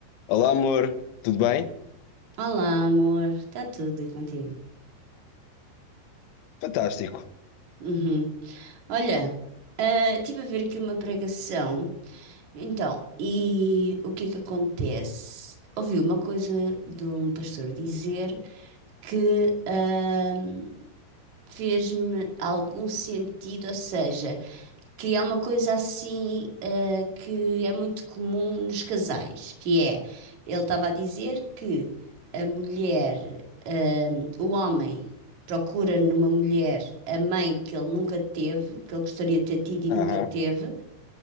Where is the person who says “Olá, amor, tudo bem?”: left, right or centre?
Left